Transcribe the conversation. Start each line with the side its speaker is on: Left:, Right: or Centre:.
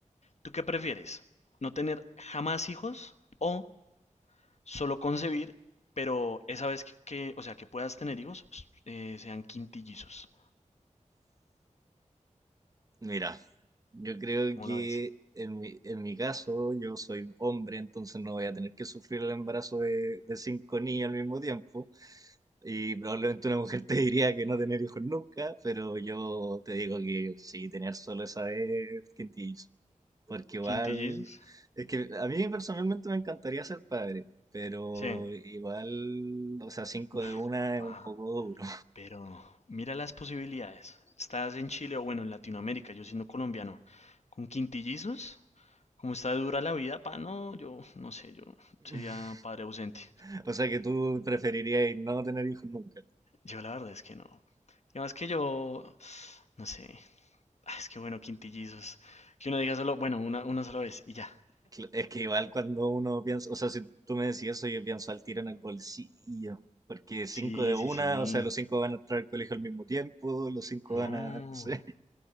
Left: ¿Tú qué prefieres? ¿No tener jamás hijos o solo concebir, pero esa vez que, que- o sea, que puedas tener hijos, eh, sean quintillizos.
Right: Mira, yo creo
Left: ¿Cómo
Right: que
Left: la ves?
Right: en mi, en mi caso, yo soy hombre, entonces no voy a tener que sufrir el embarazo de, de cinco niños al mismo tiempo. Y probablemente una mujer te diría que no tener hijos nunca, pero yo te digo que sí, tener solo esa vez, quintillo. Porque igual,
Left: ¿Quintillizos?
Right: es que a mí personalmente me encantaría ser padre, pero
Left: Sí.
Right: igual, o sea, cinco
Left: Uf,
Right: de una
Left: papá.
Right: es un poco duro.
Left: Pero mira las posibilidades. Estás en Chile o bueno, en Latinoamérica, yo siendo colombiano. Con quintillizos, como está de dura la vida, pa, no, yo no sé, yo
Right: <laughs>
Left: sería padre ausente.
Right: O sea que tú preferirías no tener hijos nunca.
Left: Yo la verdad es que no. Y además que yo, no sé, ah, es que bueno, quintillizos. Que uno diga solo, bueno, una, una sola vez y ya.
Right: Cl- Es que igual cuando uno piensa, o sea, si tú me decís eso, yo pienso al tiro en el bolsillo. Porque cinco
Left: Sí,
Right: de una,
Left: sí, sí.
Right: o sea, los cinco van a entrar al colegio al mismo tiempo, los cinco
Left: No,
Right: van a, no sé.